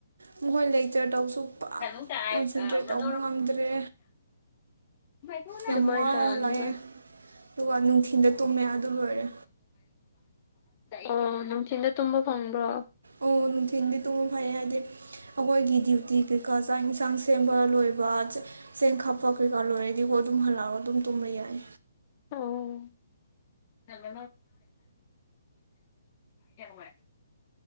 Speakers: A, on the right; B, on the left.
A: ꯃꯈꯣꯏ ꯂꯩꯆꯔ ꯇꯧꯁꯨ ꯄꯨ
B: ꯑꯗꯨꯃꯥꯏꯅ
A: ꯀꯣꯟꯁꯦꯟꯇ꯭ꯔꯦꯠ ꯇꯧꯕ ꯉꯝꯗ꯭ꯔꯦ
B: ꯇꯧꯔꯝꯅꯤ
A: ꯌꯥꯝ ꯋꯥꯔꯂꯛꯑꯦ ꯑꯗꯨꯒ ꯅꯨꯡꯊꯤꯟꯜꯗ ꯇꯨꯝꯃꯦ ꯑꯗꯨ ꯂꯣꯏꯔꯦ
B: ꯑꯣ ꯅꯨꯡꯊꯤꯤꯟꯗ ꯇꯨꯝꯕ ꯐꯪꯕ꯭ꯔꯣ
A: ꯑꯣ ꯅꯨꯡꯊꯤꯟꯗꯤ ꯇꯣꯡꯕ ꯐꯩ ꯍꯥꯏꯗꯤ ꯑꯩꯈꯣꯏꯒꯤ ꯗ꯭ꯌꯨꯇꯤꯩ ꯀꯩꯀꯥ ꯆꯥꯛ ꯌꯦꯟꯁꯥꯡ ꯁꯦꯝꯕ ꯂꯣꯏꯕ ꯆꯦꯡ ꯈꯥꯞꯄ ꯀꯩꯀꯥ ꯂꯣꯏꯔꯗꯤꯀꯣ ꯑꯗꯨꯝ ꯍꯜꯂꯛꯑꯒ ꯑꯗꯨꯝ ꯇꯨꯝꯕ ꯌꯥꯏ
B: ꯑꯣ ꯅꯪ ꯃꯥꯦ